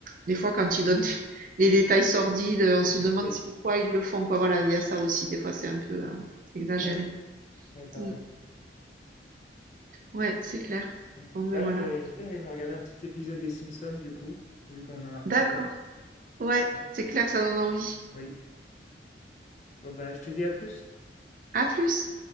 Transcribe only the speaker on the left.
Oui.
Mmh.
Ouais, ouais, t'as
raison.
Mmh.
Bah
là, je vais, je vais peut-être aller me regarder un petit épisode des Simpsons, du coup, vu qu'on en a reparlé.
Ah,
Oui. Bon, bah, je te dis à plus.